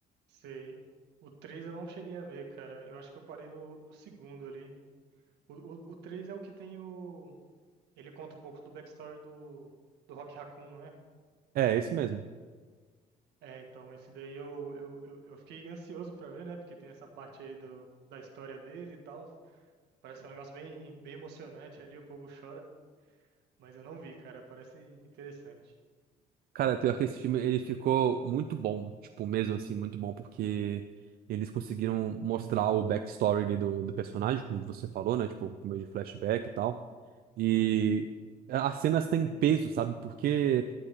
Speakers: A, on the right; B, on the right.
A: Sei. O 3 eu não cheguei a ver, cara. Eu acho que eu parei no, no segundo ali. O, o, o 3 é o que tem o. Ele conta um pouco do backstory do, do Rock Raccoon, não é?
B: É, esse mesmo.
A: É, então, esse daí eu, eu, eu, eu fiquei ansioso pra ver, né? Porque tem essa parte aí do, da história dele e tal. Parece que é um negócio bem, bem emocionante ali, o povo chora. Mas eu não vi, cara. Parece interessante.
B: Cara, pior que esse filme, ele ficou muito bom, tipo, mesmo assim, muito bom, porque eles conseguiram mostrar o backstory ali do, do personagem, como você falou, né? Tipo, por meio de flashback e tal. E as cenas têm peso, sabe? Porque